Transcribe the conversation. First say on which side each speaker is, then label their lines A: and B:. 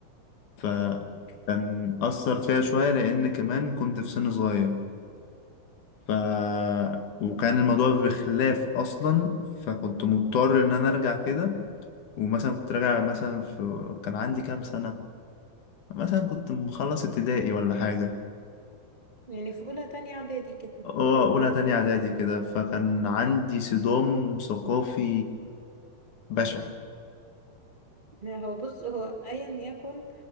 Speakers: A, on the left; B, on the right.
A: فكان
B: اوكي
A: أثر فيها شوية لأن كمان كنت في سن صغير ف وكان الموضوع بخلاف اصلا فكنت مضطر ان انا ارجع كده ومثلا كنت راجع مثلا في كان عندي كام سنة مثلا كنت مخلص ابتدائي ولا حاجة
B: يعني في أولى تانية إعدادي كده
A: اه
B: فاهم
A: اولى
B: في ال-
A: تانية اعدادي كده فكان عندي صدام ثقافي بشع
B: لا هو بص هو أيا يكن